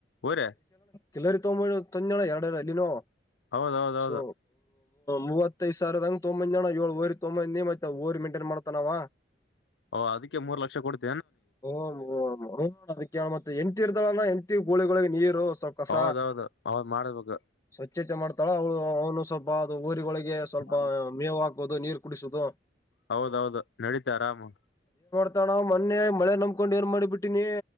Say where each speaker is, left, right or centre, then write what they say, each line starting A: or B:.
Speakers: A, on the left (about 80°); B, on the left (about 20°).
A: ಹರ
B: ಕೆಲವರಿ ತೊಗಂಬ ತಂದೋಣ ಎರಡಾರ ಅಲ್ಲಿನೋ
A: ಹೌದೌದೌದು
B: ಸೊ ಮೂವತ್ತೈದ ಸಾವಿರದ ಹಂಗ ತಂಬಂದ್ ಜನ ಏಳ್ು ಊರಿ ತೊಂಬ್ನ ನೀ ಮತ್ತ ಓರಿ ಮೈಂಟೈನ್ ಮಾಡ್ತಾನಾವ
A: ಓ ಅದಕ್ಕೆ ಮೂರು ಲಕ್ಷ ಕೊಡ್ತ
B: ಹಓ <unintelligible> ಹ ಹ್ ಅದ <unintelligible> ಮತ್ತೆ ಹೆಂಡ್ತಿ ಇರ್ತಾಳಣ ಹೆಂಡ್ತಿ ಗೋಳಿಗಳೊಳಿಗೆ ನೀರು ಸ್ಲ್ <unintelligible> ಕಸ
A: ಹೌದೌದು ಹೌದ್ ಮಾಡ್ಬೇಕು
B: ಸ್ವಚ್ಛತೆ ಮಾಡ್ತಾಳ ಅವಳ ಅವನು ಸ್ವಲ್ಪ ಸ್ವಲ್ಪ ಅದು ಓರಿಗಳಿಗೆ ಸ್ವಲ್ಪ
A: ಹಾ,
B: ಮೇವು ಹಾಕುದು ನೀರ್ ಕುಡಿಸುದು.
A: ಹೌದೌದು ನಡೀತಾ ಆರಾಮು
B: ತ <unintelligible> ಮೊನ್ನೆ ಮಳೆ ನಂಬಕೊಂಡ್ ಏರ್ ಮಾಡಿಬ ಬಿಟ್ಟಿನಿ